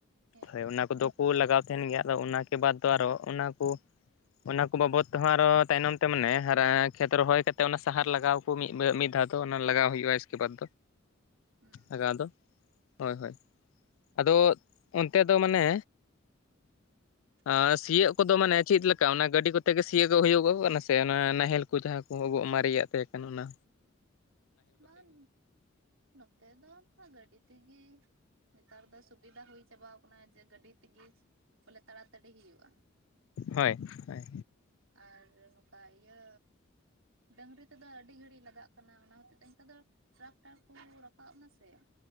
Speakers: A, on the right; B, on the left.
A: ᱦᱮᱸ
B: ᱦᱳᱭ ᱚᱱᱟ ᱠᱚᱫᱚ ᱠᱚ ᱞᱟᱜᱟᱣ ᱛᱮᱦᱮᱱ ᱜᱮᱭᱟ ᱟᱫᱚ ᱚᱱᱟᱠᱮ ᱵᱟᱫᱚ ᱟᱨᱚ ᱚᱱᱟ ᱠᱩ ᱚᱱᱟ ᱠᱩ ᱵᱟᱵᱚᱛ ᱛᱮᱦᱚᱸ ᱟᱨᱚ ᱛᱟᱭᱱᱚᱢ ᱢᱟᱱᱮ ᱦᱟᱨᱟ ᱠᱷᱮᱛ ᱨᱚᱦᱚᱭ ᱠᱟᱛᱮᱜ ᱚᱱᱟ ᱥᱟᱦᱟᱨ ᱞᱟᱜᱟᱣ ᱠᱚ ᱢᱤᱫ ᱢᱤᱫ ᱫᱷᱟᱣ ᱫᱚ ᱚᱱᱟ ᱞᱟᱜᱟᱣ ᱦᱩᱭᱩᱜᱼᱟ ᱤᱥᱠᱮ ᱵᱟᱫᱽ
A: ᱦᱩᱸ
B: ᱟᱜ ᱟᱫᱚ ᱦᱳᱭ ᱦᱳᱭ ᱾ ᱟᱫᱚ ᱚᱱᱛᱮ ᱫᱚ ᱢᱟᱱᱮ
A: <inaudible>
B: ᱟᱸ ᱥᱤᱭᱳᱜ ᱠᱚᱫᱚ ᱢᱟᱱᱮ ᱪᱮᱫ ᱞᱮᱠᱟ ᱚᱱᱟ ᱜᱟᱹᱰᱤ ᱠᱚᱛᱮ ᱜᱮ ᱥᱤᱭᱳᱜᱚᱜ ᱦᱩᱭᱩᱜᱚᱜ ᱠᱟᱱᱟ ᱥᱮ ᱚᱱᱟ ᱱᱟᱦᱮᱞᱼᱼ ᱩᱱᱠᱩ ᱡᱟᱦᱟᱸ ᱠᱚᱦᱚᱜᱚ ᱢᱟᱨᱮᱭᱟᱜ ᱛᱟᱦᱮᱸ ᱠᱟᱱᱟ ᱚᱱᱟᱼᱼ
A: ᱵᱟᱵ ᱱᱚᱛᱮ ᱫᱚ ᱜᱟᱹᱰᱤ ᱛᱮᱜᱮ ᱱᱮᱛᱟᱨ ᱫᱚ ᱥᱩᱵᱤᱫᱷᱟ ᱦᱩᱭ ᱪᱟᱵᱟᱣ ᱟᱠᱟᱱᱟ ᱡᱮ ᱜᱟᱹᱰᱤ ᱛᱮᱜᱮ ᱵᱚᱞᱮ ᱛᱟᱲᱟᱛᱟᱹᱲᱤ ᱦᱩᱭᱩᱜᱼᱟ᱾
B: ᱦᱳᱭ ᱳᱭ
A: ᱟᱨ ᱱᱚᱠᱟ ᱤᱭᱟᱹ ᱰᱟᱹᱝᱨᱤ ᱛᱮᱫᱚ ᱟᱹᱰᱤ ᱜᱷᱟᱹᱲᱤᱡ ᱞᱟᱜᱟᱜ ᱠᱟᱱᱟ ᱚᱱᱟ ᱦᱚᱛᱮᱡᱼᱼ ᱱᱮᱛᱟᱫᱚ ᱴᱨᱟᱠᱴᱟᱨ ᱠᱚ ᱨᱟᱠᱟᱵ ᱮᱱᱟ ᱥᱮ